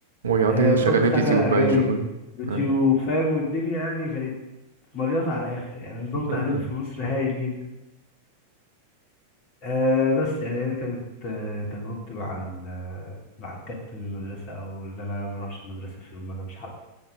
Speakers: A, on the right; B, on the left.
A: ويقعدوا
B: آه
A: يشغلوا
B: وتقعد تشغل
A: اليوتيوب
B: اغاني
A: بقى يشوفوا
B: يوتيوب
A: آه.
B: فاهم والدنيا يعني كانت مليطه على الاخر يعني نظام
A: <laughs>
B: تعليم في مصر هايل جدا آه بس يعني دي كانت آه تجربتي مع ال آه، مع الكابتن من المدرسة أو إن أنا ما أروحش المدرسة في يوم ما أنا مش حابه